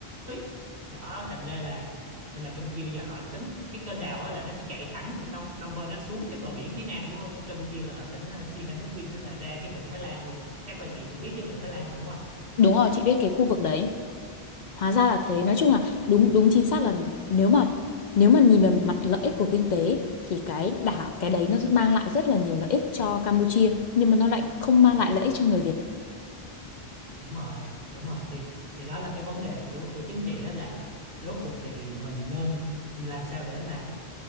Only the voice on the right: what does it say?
phí đó thành ra là nên là Campuchia bây giờ họ tính cái kênh đào á là nó sẽ chạy thẳng từ trong Phnom Penh nó xuống cái bờ biển phía nam của của Campuchia là ở tỉnh ờ, Sihanoukville đó là ra cái vịnh Thái Lan luôn chắc là chị cũng biết cái vịnh Thái Lan mà đúng
không
đúng rồi đúng rồi thì thì đó là cái vấn đề của của chính trị á là rốt cuộc thì mình nên làm sao để mà